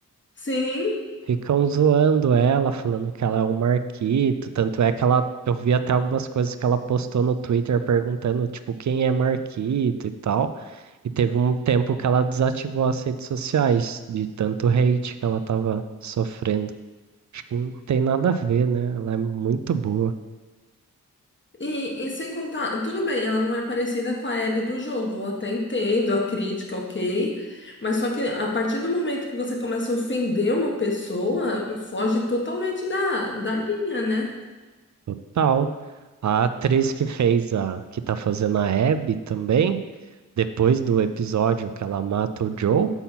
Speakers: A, on the left; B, on the right.
A: Sim.
B: Ficam zoando ela, falando que ela é o Marquito. Tanto é que ela, eu vi até algumas coisas que ela postou no Twitter perguntando, tipo, quem é Marquito e tal. E teve um tempo que ela desativou as redes sociais de tanto hate que ela tava sofrendo. Acho que não tem nada a ver, né? Ela é muito boa,
A: E, e sem contar, tudo bem, ela não é parecida com a Ellie do jogo, eu até entendo a crítica, ok, mas só que a partir do momento que você começa a ofender uma pessoa, foge totalmente da, da linha, né?
B: total. A atriz que fez a, que tá fazendo a Abby também, depois do episódio que ela mata o Joe,